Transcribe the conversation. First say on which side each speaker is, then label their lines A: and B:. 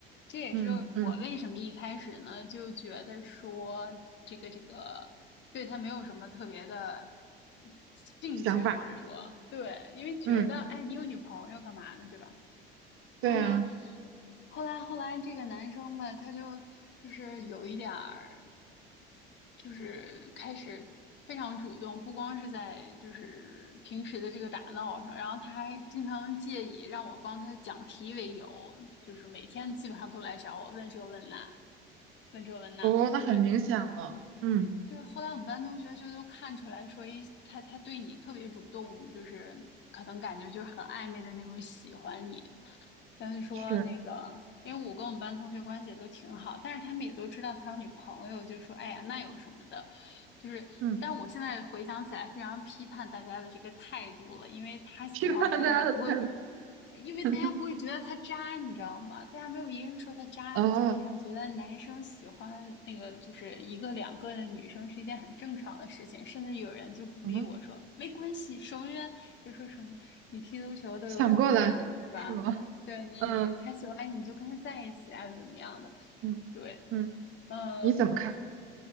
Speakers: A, on the left; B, on the right.
A: 这也是我为什么一开始呢就觉得说这个这个对他没有什么特别的
B: 嗯嗯嗯，
A: 兴趣，
B: 想法。
A: 或者说对，因为觉得哎，
B: 嗯。
A: 你有女朋友干嘛呢，对吧？然后呢，
B: 对呀、
A: 后来后来这个男生吧，他就就是有一点儿，就是开始非常主动，不光是在就是平时的这个打闹上，然后他还经常借以让我帮他讲题为由，就是每天基本上都来找我问这问那，问这问那，
B: 哦，那很明显了，
A: 对。
B: 嗯，
A: 对，后来我们班同学就都看出来说，一他他对你特别主动，就是可能感觉就是很暧昧的那种喜欢你。但是说那个，
B: 是，
A: 因为我跟我们班同学关系也都挺好，但是他们也都知道他有女朋友，就说哎呀那有什么的。就是，
B: 嗯，
A: 但我现在回想起来，非常批判大家的这个态度了，因为他喜欢我，
B: <laughs> 批判大家的态度，
A: 大家不会，因为大家不会觉得他渣，
B: <laughs>
A: 你知道吗？大家没有一个人说他渣的，
B: 哦，
A: 就好像觉得男生喜欢那个就是一个两个的女生是一件很正常的事情，甚至有人就鼓励我说没关系，
B: 嗯，
A: 守门员就说什么你踢足球都有守门员，
B: 想过来是吗？
A: 对吧？对你，
B: 嗯
A: 你他喜欢你，你就跟他在一起啊，怎么样的？
B: 嗯
A: 对。
B: 嗯，
A: 嗯，
B: 你怎么看？